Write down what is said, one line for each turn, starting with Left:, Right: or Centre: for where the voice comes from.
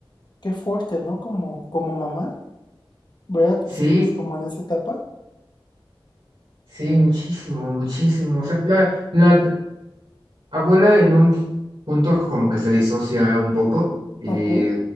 Left: Qué fuerte, ¿no? Como, como mamá, ver a tus
Right: Sí,
Left: hijos como en esa etapa.
Right: sí, muchísimo, muchísimo. O sea, la, la abuela en un punto como que se disocia un poco y
Left: Ok,